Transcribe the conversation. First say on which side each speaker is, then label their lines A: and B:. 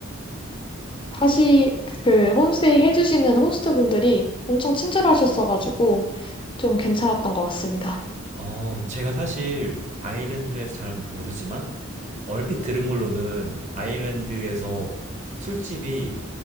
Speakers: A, on the left; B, on the right.
A: 하시 그 홈스테이 해주시는 호스트분들이 엄청 친절하셨어가지고 좀 괜찮았던 것 같습니다.
B: 어, 제가 사실 아일랜드에서 잘 모르지만 얼핏 들은 걸로는 아일랜드에서 술집이